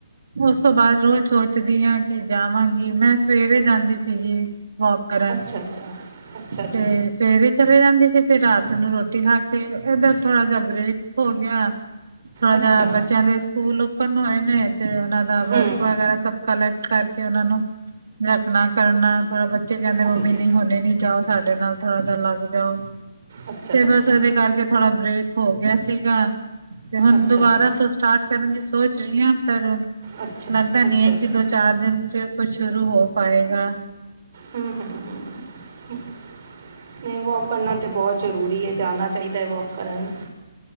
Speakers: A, on the right; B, on the right.
A: ਉਸ ਤੋਂ ਬਾਅਦ ਰੋਜ਼ ਸੋਚਦੀ ਆ ਕਿ ਜਾਵਾਂਗੀ ਮੈਂ ਸਵੇਰੇ ਜਾਂਦੀ ਸੀਗੀ। ਵੋਕ ਕਰਨ
B: ਅੱਛਾ ਅੱਛਾ ਅੱਛਾ
A: ਤੇ
B: ਜੀ।
A: ਸਵੇਰੇ ਚਲੇ ਜਾਂਦੀ ਸੀ ਫਿਰ ਰਾਤ ਨੂੰ ਰੋਟੀ ਖਾ ਕੇ ਇੱਧਰ ਥੋੜਾ ਜਬਰੇ ਹੋ ਗਿਆ। ਥੋੜਾ
B: ਅੱਛਾ
A: ਜਿਹਾ ਬੱਚਿਆਂ ਦੇ ਸਕੂਲ ਓਪਨ ਹੋਏ ਨੇ ਤੇ ਉਹਨਾਂ ਦਾ ਵਰਕ
B: ਹੂੰ
A: ਵਗੈਰਾ ਸਭ ਕਲੈਕਟ ਕਰਕੇ ਉਹਨਾ ਨੂੰ ਰੱਖਣਾ ਕਰਨਾ ਥੋੜਾ ਬੱਚੇ ਕਹਿੰਦੇ
B: ਹਾਂਜੀ
A: ਮੰਮੀ ਨੀ ਹੁਣੇ ਨੀ ਜਾਓ। ਸਾਡੇ ਨਾਲ ਥੋੜ੍ਹਾ ਜਾ ਲੱਗ ਜਾਓ।
B: ਅੱਛਾ, ਅੱਛਾ
A: ਬਸ ਉਹਦੇ ਕਰਕੇ ਥੋੜਾ ਬ੍ਰੇਕ ਹੋ ਗਿਆ ਸੀਗਾ। ਤੇ ਹੁਣ
B: ਅੱਛਾ
A: ਦੁਬਾਰਾ
B: ਜੀ
A: ਤੋਂ ਸਟਾਰਟ ਕਰਨ ਦੀ ਸੋਚ ਰਹੀ ਹਾਂ ਪਰ ਹੁਣ।
B: ਅੱਛਾ
A: ਲੱਗਦਾ ਨੀ
B: ਅੱਛਾ
A: ਐ ਕਿ
B: ਅੱਛਾ
A: ਦੋ ਚਾਰ ਦਿਨ ਚ ਕੁਝ ਸ਼ੁਰੂ ਹੋ ਪਾਏਗਾ।
B: ਹੂੰ ਹੂੰ ਹੂੰ, ਨਹੀਂ ਵੋਕ ਕਰਨਾ ਤਾਂ ਬਹੁਤ ਜ਼ਰੂਰੀ ਹੈ ਜਾਣਾ ਚਾਹੀਦਾ ਹੈ ਵੋਕ ਕਰਨ।